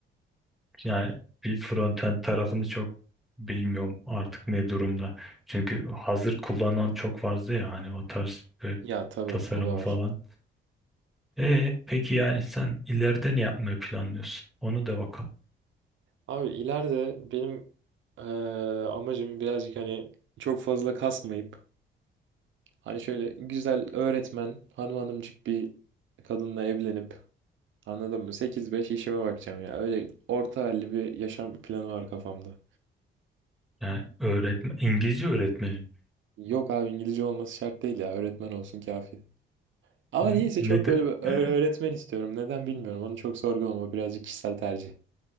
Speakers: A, in the centre; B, on the right (about 75°).
A: yani bir frontend tarafını çok bilmiyorum artık ne durumda. Çünkü hazır kullanan çok fazla ya hani o tarz e,
B: Ya tabii
A: tasarımı
B: o da var.
A: falan. E peki yani sen ileride ne yapmayı planlıyorsun? Onu da bakalım.
B: Abi ileride benim eee, amacım birazcık hani çok fazla kasmayıp hani şöyle güzel öğretmen hanım hanımcık bir kadınla evlenip Anladın mı? 8-5 işime bakacağım ya. Öyle orta halli bir yaşam planı var kafamda.
A: Yani öğretmen, İngilizce öğretmenim.
B: Yok abi İngilizce olması şart değil ya. Öğretmen olsun kafi. Ama
A: N-
B: niyeyse
A: Ne
B: çok
A: de,
B: böyle bir öğ-
A: e,
B: öğretmen istiyorum. Neden bilmiyorum. Onu çok sorgulama. Birazcık kişisel tercih.